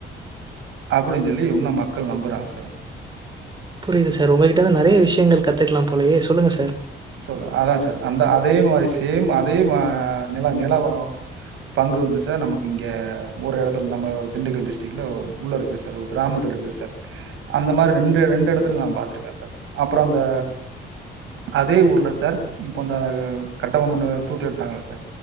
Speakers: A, on the right (about 80°); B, on the right (about 20°).
A: அப்டின் சொல்லி இன்னு மக்கள் நம்புறாங்க சார்
B: புரியுது சார் உங்ககிட்டே தா நறைய விஷயங்கள் கத்துக்லா போலயே சொல்லுங்க சார்
A: சார் அதா சார் அந்த அதே மேரி சேம் அதே ம நில நில வ பங்கு வந்து சார் நமக்கு இங்க ஒரு எடத்துல நம்ம ஒரு திண்டுக்கல் டிஸ்ட்ரிக்ல உள்ள இருக்கு சார் ஓ கிராமத்துல இருக்குது சார் அந்த மாரி ரெண்டு ரெண்டு எடத்துல நா பாத்திருக்கே சார் அப்றோ அந்த அதே ஊர்ல சார் இப்போ அந்த ஆ கட்டபொம்மண தூக்கிலிட்டாங்கல்ல சார்